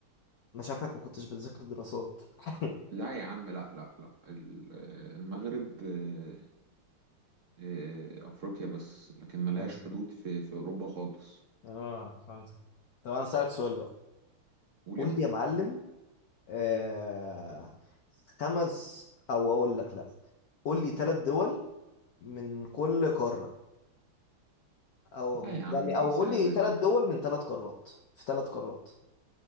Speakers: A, on the left; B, on the right.
A: مشاكلك ما كنتش بتذاكر دراسات <laughs>
B: لا يا عم لا لا لا ال- المغرب آه، آه، أفريقيا بس لكن ملهاش
A: اه
B: حدود في في أوروبا خالص
A: اه فهمت طب أنا أسألك سؤال بقى
B: قول
A: قول
B: يا حب
A: لي يا معلم آه خمس او اقول لك لا قول لي ثلاث دول من كل قارة او
B: لا يا عم
A: يعني
B: دي
A: او
B: سهلة
A: قول لي ثلاث
B: دي يعني
A: دول من ثلاث قارات في ثلاث قارات